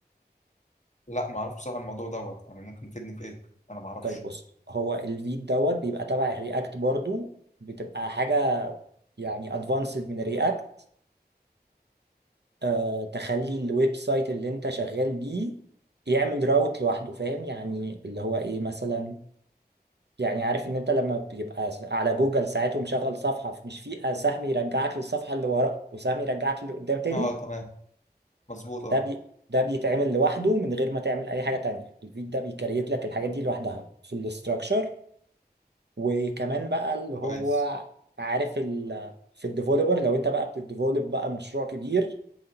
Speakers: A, on the left (about 45°); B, on the right (about 80°).
A: لا ما اعرفش بصراحة الموضوع دوت يعني ممكن تفيدني في ايه انا ما اعرفش
B: طيب بص هو الفيت دوت بيبقى تبع الرياكت برضو بتبقى حاجة يعني ادفانسد من الرياكت أه تخلي الويب سايت اللي انت شغال بيه يعمل راوت لوحده فاهم يعني اللي هو ايه مثلا يعني عارف ان انت لما بيبقى س- على جوجل ساعات ومشغل صفحة مش في آه، سهم يرجعك للصفحة اللي ورا وسهم يرجعك اللي قدام تاني
A: اه تمام مظبوط
B: ده
A: اه
B: بي... ده بيتعمل لوحده من غير ما تعمل اي حاجة تانية الفيد ده بيكريت لك الحاجات دي لوحدها في الاستراكشر وكمان بقى اللي هو
A: كويس
B: عارف ال... في الديفولبر لو انت بقى بتديفولب بقى مشروع كبير